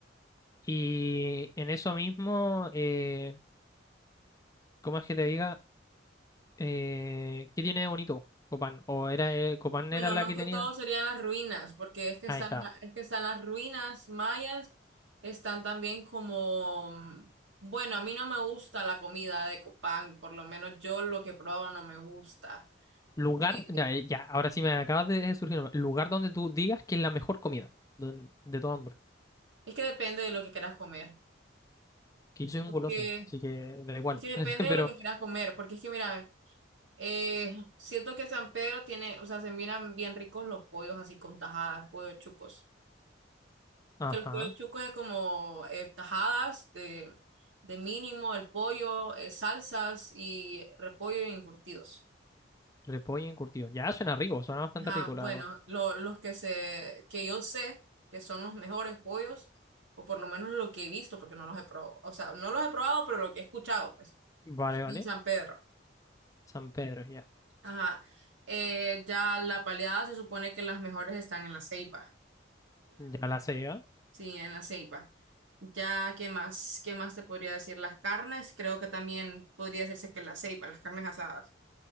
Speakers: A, on the left (about 15°); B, on the right (about 80°).
A: Y en eso mismo, eh, ¿cómo es que te diga? Eh, ¿qué tiene de bonito Copán? ¿O era eh, Copán
B: Bueno,
A: era la
B: más
A: que
B: que
A: tenía?
B: todo serían las ruinas, porque es que
A: Ahí
B: están,
A: está.
B: es que están las ruinas mayas, están también como, mm, bueno, a mí no me gusta la comida de Copán, por lo menos yo lo que probo no me gusta.
A: Lugar,
B: Eh,
A: ya, eh, ya, ahora sí me acabas de surgir. un- Lugar donde tú digas que es la mejor comida don- de todo hombre.
B: Es que depende de lo que quieras comer,
A: Que yo soy un
B: porque
A: goloso, así que da igual.
B: es que depende
A: <laughs>
B: de
A: Pero
B: lo que quieras comer, porque es que mira, eh, siento que San Pedro tiene, o sea, se miran bien ricos los pollos así con tajadas, pollos chucos.
A: Ajá,
B: Que los pollo chucos es como eh, tajadas de, de mínimo, el pollo, eh, salsas y repollo y encurtidos.
A: repollo encurtido. Ya suena rico, suena bastante
B: Ajá,
A: rico,
B: bueno,
A: la verdad.
B: lo- los que se, que yo sé que son los mejores pollos, o por lo menos lo que he visto, porque no los he probado, o sea, no los he probado, pero lo que he escuchado, pues,
A: Vale, vale.
B: en San Pedro.
A: San Pedro, ya.
B: Ajá. Eh, ya la baleadas se supone que las mejores están en la Ceiba.
A: Ya la se lleva.
B: Sí, en la ceiba, Ya, ¿qué más? ¿Qué más te podría decir? Las carnes, creo que también podría decirse que en la ceiba, las carnes asadas.